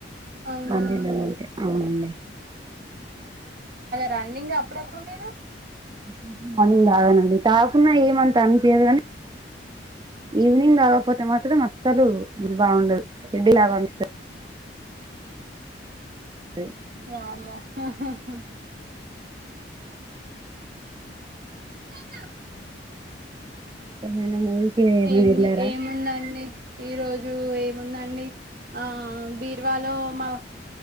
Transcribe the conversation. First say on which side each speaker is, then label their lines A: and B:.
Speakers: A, on the right; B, on the right.
A: అవునా
B: అవునండి
A: రన్నింగ్ అప్పుడప్పుడు మీరు
B: హు మార్నింగ్ తాగానండి తాకున్నా ఏమంత అనిపియదు కానీ ఈవినింగ్ తాగకపోతే మాత్రం అసలు బావుండదు హెడ్ లాగతది సరే
A: వామ్మో హా హా చాలు
B: <unintelligible>
A: ఏమి
B: వెళ్ళారా
A: ఏముందండి ఈ రోజు ఏముందండి ఆ బీర్వాలో మా